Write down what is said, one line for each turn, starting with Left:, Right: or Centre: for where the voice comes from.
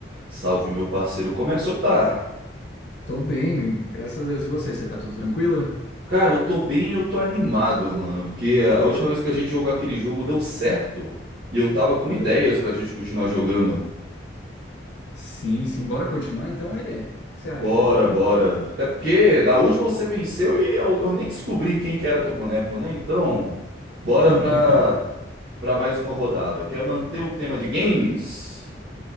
Right: Salve, meu parceiro. Como é que o senhor tá?
Left: Tô bem, gra- graças a Deus. E você? Você tá tudo tranquilo?
Right: Cara, eu tô bem, e eu tô animado, mano, porque a última vez que a gente jogou aquele jogo deu certo e eu tava com
Left: Deu?
Right: ideias pra gente continuar jogando.
Left: Sim, sim. Bora continuar então, ele? O que você acha?
Right: Bora, bora. Até porque da última você venceu e eu, eu nem descobri quem que era teu boneco, né? Então,
Left: <laughs>
Right: bora pra, pra mais uma rodada. Quer manter o tema de games?